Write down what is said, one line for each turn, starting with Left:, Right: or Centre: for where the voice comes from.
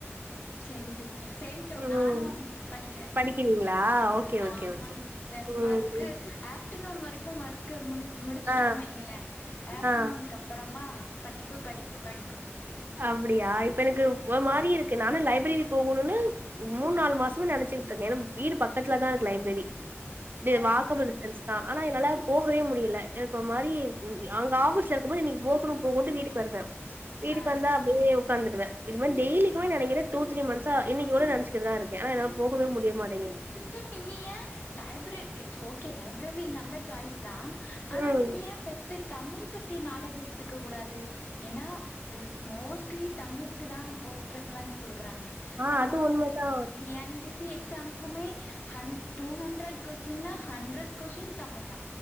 Left: செரி சிஸ்டர் சேம் டூ
Right: ம்
Left: நானு படிக்கிறே
Right: படிக்கிறீங்களா ஓகே ஓகே
Left: ஆமா
Right: ஓகே
Left: சிஸ் டர்
Right: ம்
Left: ஒர்க்கு
Right: ம்.
Left: ஆஃப்டர்நூன் வரைக்கு ஒர்க் முடி முடிச்சட்டோ
Right: ஆ
Left: வைங்களே ஆஃப்டர்னு
Right: ஆ
Left: அப் றோமா படிப்பு படிப்பு படிப்பு
Right: அப்டியா இப்ப எனக்கு ஒரு மாரி இருக்கு நானு லைப்ரரி போகுணுன்னு மூணு நால் மாசம நெனைச்சுகிட்ருக்கே ஏன்னா வீடு பக்கத்துலதா இருக்கு லைப்ரரி வே
Left: ஓ
Right: வாக்கபுல் <unintelligible> ஆனா என்னால போகவே முடியில எனக்கு ஒரு மாரி ம் அங்க ஆபீஸ்ல இருக்கு போது நீ போகணு போகணுடு வீட்டு சொல்வா
Left: ஆ
Right: வந்த அப்டியே உக்காந்துவே மாறி டெலிக்கு நினைக்க டூ தீடி ம இன்னைக்கு நெனச்சுக்கா இருே போகவே முடியுமாட்டேங்கது
Left: சிஸ்டர் நீங்க ஏ லைப்ரெ இட்ஸ் ஓகே லைப்ரெரி நல்ல சாய்ஸ்தா ஆனா
Right: ம்
Left: நீங்க ஏ ஃபெர்ஸ்ட்டேத் தமிழ் பத்தி நாலேஜ் எட்த்துக்க கூடாது எனா அ மோஸ்ட்லி தமிழ்க்குதா இப்போ பிரஃபரன்ஸ் குடுக்றாங்க
Right: ஆ
Left: நம்மவோ
Right: அது உண்மதா
Left: டி என் பி சி எக் ஸாம்க்குமே ஹண் டூ ஹண்ட்ரட் கொஸின்னா ஹண்ட்ரட் கொஸ்டின் தமிழ்தா